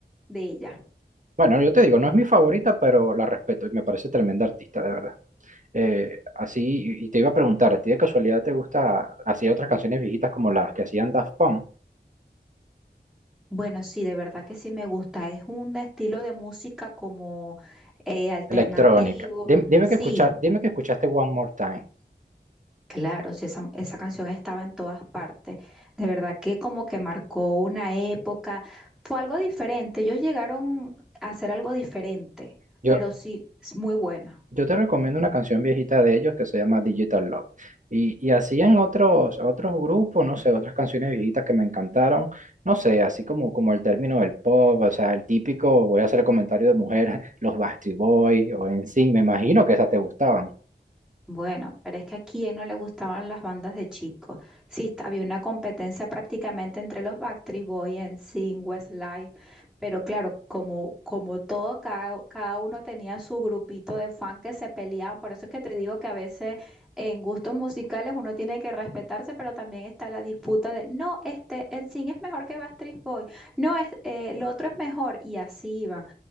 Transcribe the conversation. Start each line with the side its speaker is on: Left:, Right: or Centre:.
Centre: de ella.
Right: Bueno, yo te digo, no es mi favorita, pero la respeto y me parece tremenda artista, de verdad. Eh, así, y y te iba a preguntar, ¿a ti de casualidad te gusta hacía otras canciones viejitas como las que hacían Daft Punk?
Centre: Bueno, sí, de verdad que sí me gusta. Es un estilo de música como eh, alternativo.
Right: Electrónica. Dim- Dime,
Centre: Sí,
Right: que escucha, dime que escuchaste One More Time.
Centre: Claro, sí, esa, esa canción estaba en todas partes. De verdad que como que marcó una época. Fue algo diferente. Ellos llegaron a hacer algo diferente,
Right: Yo,
Centre: pero sí, es muy buena.
Right: yo te recomiendo una canción viejita de ellos que se llama Digital Love. Y, y hacían otros, otros grupos, no sé, otras canciones viejitas que me encantaron. No sé, así como, como el término del pop, o sea, el típico, voy a hacer el comentario de mujeres, <laughs> los Backstreet Boys o en sí, me imagino que esas te gustaban.
Centre: Bueno, pero es que a quién no le gustaban las bandas de chicos. Sí, está- había una competencia prácticamente entre los Backstreet Boys, NSYNC, Westlife, pero claro, como, como todos, cada, cada uno tenía su grupito de fan que se peleaban. Por eso es que te digo que a veces en gustos musicales uno tiene que respetarse, pero también está la disputa de, no, este NSYNC es mejor que Backstreet Boys, no, es, eh, el otro es mejor, y así iban